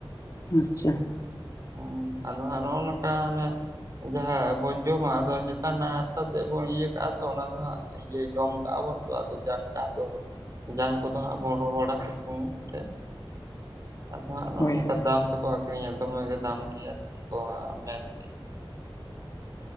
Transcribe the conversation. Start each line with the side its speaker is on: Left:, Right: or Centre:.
Left: ᱟᱪᱪᱷᱟ ᱾
Right: ᱦᱩᱸ ᱟᱫᱚ ᱦᱟᱸᱜ ᱱᱚᱜ-ᱚ ᱱᱚᱝᱠᱟ ᱚᱱᱮ ᱡᱟᱦᱟᱸ ᱟᱵᱚᱱ ᱡᱚᱢᱟ ᱟᱫᱚ ᱪᱮᱛᱟᱱ ᱨᱮᱱᱟᱜ ᱦᱟᱨᱛᱟ ᱛᱮᱜ ᱵᱚᱱ ᱤᱭᱟᱹ ᱠᱟᱜᱼᱟ ᱛᱚ ᱚᱱᱟ ᱫᱚ ᱦᱟᱸᱜ ᱤᱭᱟᱹ ᱡᱚᱝᱠᱟᱜᱼᱟ ᱵᱚᱱ ᱛᱚ ᱟᱫᱚ ᱡᱟᱝᱠᱟ ᱟᱫᱚ ᱡᱟᱝ ᱠᱚᱫᱚ ᱦᱟᱸᱜ ᱵᱚᱱ ᱨᱚᱦᱚᱲᱟ ᱥᱤᱛᱩᱝ ᱨᱮ ᱾ ᱟᱫᱚ ᱦᱟᱸᱜ ᱱᱚᱜᱼᱚ
Left: ᱦᱳᱭ
Right: ᱱᱚᱝᱠᱟ
Left: ᱦᱳᱭ
Right: ᱫᱟᱢ ᱛᱮᱠᱚ ᱟᱠᱷᱨᱤᱧᱟ ᱫᱚᱢᱮ ᱜᱮ ᱫᱟᱢ ᱜᱮᱭᱟ ᱟᱨ ᱪᱮᱜ ᱠᱚ ᱢᱮᱱ ᱜᱮᱭᱟ ᱾